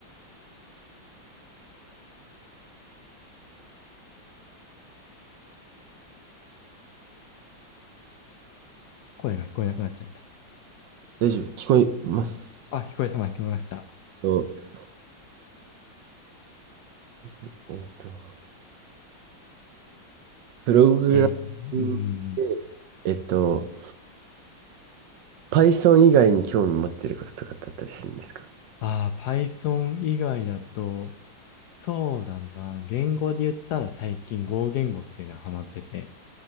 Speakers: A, on the left (about 70°); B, on the right (about 70°).
A: 声が聞こえなくなっちゃった。
B: 大丈夫、聞こえます。
A: あ、聞こえた、聞こえました。
B: とえっと、プログラミングで、
A: えー、うーん。
B: えっと、Python 以外に興味持ってることとかあったりするんですか
A: ああ、Python 以外だと、そうだな。言語で言ったら最近語言語っていうのはハマってて、